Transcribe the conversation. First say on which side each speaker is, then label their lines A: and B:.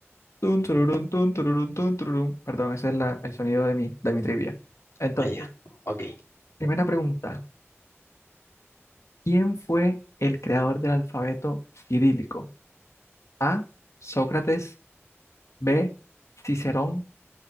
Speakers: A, on the left; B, on the left.
A: tun, tururún, tun, tururún, tun, tururún. Perdón, ese es la- el sonido de mi, de mi trivia. Entonces,
B: Ah, ya. Ok.
A: primera pregunta. ¿Quién fue el creador del alfabeto cirílico? A. Sócrates. B. Cicerón.